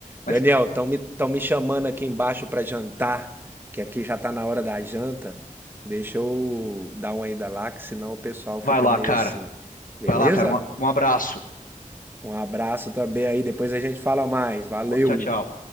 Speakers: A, on the left (about 75°); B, on the right (about 15°).
A: Mas
B: Daniel, estão me, tão me chamando aqui embaixo para jantar, que aqui já tá na hora da janta. Deixa eu dar uma ida lá, que senão o pessoal
A: vai
B: fica
A: lá,
B: meio
A: cara.
B: assim. Beleza?
A: Vai lá, cara. Um, um abraço.
B: Um abraço também aí, depois a gente fala mais. Valeu!
A: Tchau, tchau.